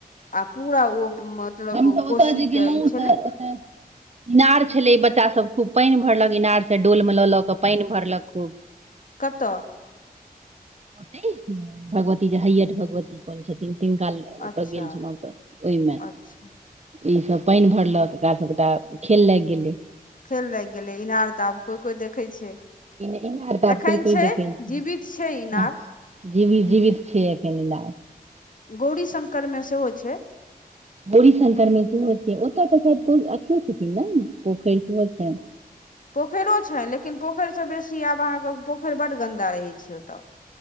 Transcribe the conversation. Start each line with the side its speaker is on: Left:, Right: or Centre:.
Left: आ पूरा ओ मतलब
Right: हम तऽ
Left: कोशी
Right: ओतय जे गेलहुँ
Left: के ई छले
Right: तऽ ओतय इनार छलै ई बच्चा सब खूब पानि भरलक इनार से डोल मे लऽ लऽ कऽ पानि भरलक खूब
Left: कतऽ
Right: ओते भगवती जे हैयठ भगवती करै छथिन तिनक ओतय
Left: अच्छा
Right: गेल छलहुँ तऽ ओहिमे
Left: अच्छा
Right: ईसभ पानि भरलक कात गोटा
Left: अच्छा
Right: खेल लाग गेलै
Left: खेल लागि गेलै इनार तऽ आब कोइ कोइ देखै छै
Right: एनार तऽबकइ
Left: एखन
Right: कोइ
Left: छै
Right: देखे
Left: जीवित
Right: छै
Left: इनार
Right: जीवी जीवित छै के एहन इनार
Left: गौरी शंकर मे सेहो छै
Right: बोरी शंकरमे सेहो छै ओतऽ तऽ शायद अथो छथिन ने पोखरि सेहो छै
Left: पोखरो छै लेकिन पोखरिसँ बेसी आब अहाँके पोखरि बड्ड गन्दा रहै छै ओतय